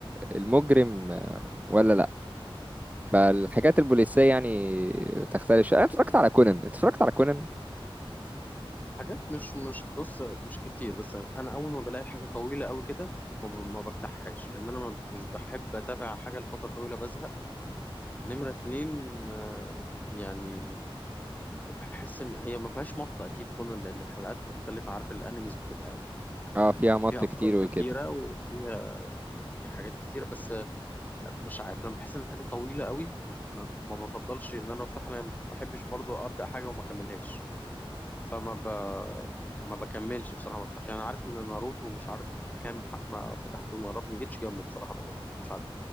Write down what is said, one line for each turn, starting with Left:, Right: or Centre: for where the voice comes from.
Right: المجرم ولا لا فالحاجات البوليسية يعني تختلف شوية. انا اتفرجت على كونان اتفرجت على كونان
Left: حاجات مش مش بص مش كتير بس انا اول ما بلاقي حاجه طويله قوي كده ما ب- ما بفتحهاش لان انا ما- مش بحب اتابع حاجه لفتره طويله بزهق نمره اتنين آه، يعني بحس ان هي ما فيهاش مطه اكيد كون لان الحلقات مختلفه عارف الانميز بتبقى
Right: اه فيها مط
Left: فيها افكار
Right: كتير وكده
Left: كتيره وفيها فيها حاجات كتيره بس مش عارف لما بحس ان حاجه طويله قوي ما, ما بفضلش ان انا افتحها لان ما بحبش برضو ابدا حاجه وما اكملهاش فما ب... ما بكملش بصراحه ما بفتحش انا عارف ان ناروتو مش عارف كام حق ما فتحته مرات ما جيتش جنبه بصراحه بقى يعني ما مش عليك